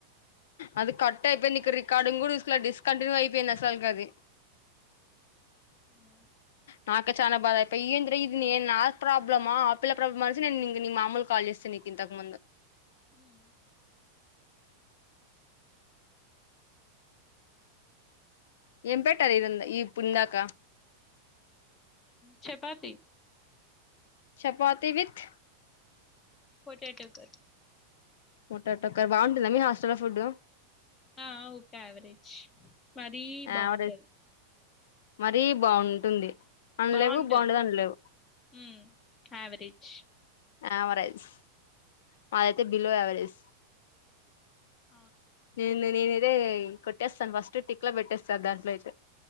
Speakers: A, on the left; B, on the left.
A: అది కట్ అయిపోయింది ఇకు రికార్డుంగ్ కూడా ఇసలా డిస్కంటిన్యూ అయిపోయింది అసల్కది
B: అవునా
A: నాకే చానా బాధ అయిపోయి ఏంది ఇది నేను నా ప్రాబ్లమ్మా ఆ పిల్ల ప్రాబ్లమ్ అనేసి నేనుంక నీ మామూలు కాల్ చేస్తాను నీకు ఇంతకు ముందు
B: మ్మ్.
A: ఏం పెట్టారు ఇ ఈ పు ఇందాక
B: chapati
A: chapati with
B: potato curry
A: పొటాటోకర్ బాగుంటుందా మీ హాస్టలో ఫుడ్డు
B: ఆ ఓకే అవెరేజ్ మరీ బాగుండదు
A: యావరేజ్ మరీ బాగుంటుంది అనలేవు
B: బాగుండదు
A: అనలేవు
B: మ్మ్ ఆవరేజ్
A: ఆవరేజ్ మాదైతే బిలో ఎవరెజ్
B: అే
A: నెంతినేది అదే కొట్టేస్తాను ఫస్ట్ టిక్లో పెట్టేస్తా దాంట్లో అయితే